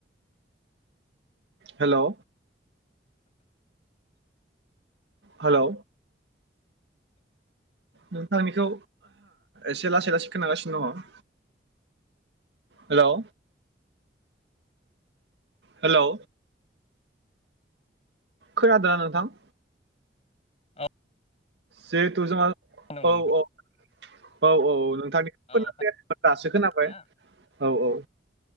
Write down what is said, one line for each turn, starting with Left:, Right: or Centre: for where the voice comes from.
Right: Hello hello. नोंथांनिखौ एसे लासै लासै खोनागासिनो दङ। हेलौ। हेलौ। खोनादोना नोंथां?
Left: औ
Right: जहेथु जोङो
Left: खोनादों नोंनिखौ
Right: औ औ औ औ नोंथांनिखौ
Left: औ
Right: खोनाफैयाखैमोन दासो खोनाबाय
Left: थारैनो।
Right: औ औ।